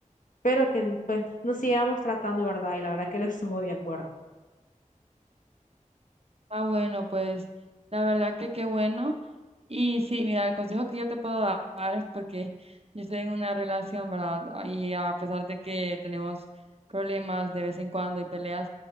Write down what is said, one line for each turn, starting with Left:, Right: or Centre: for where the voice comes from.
Left: pero que pues nos siguiéramos tratando, ¿verdad? Y la verdad que él estuvo de acuerdo.
Right: Ah, bueno, pues la verdad que qué bueno. Y sí, mira, el consejo que yo te puedo dar es porque yo estoy en una relación, ¿verdad? Y a pesar de que tenemos problemas de vez en cuando y peleas,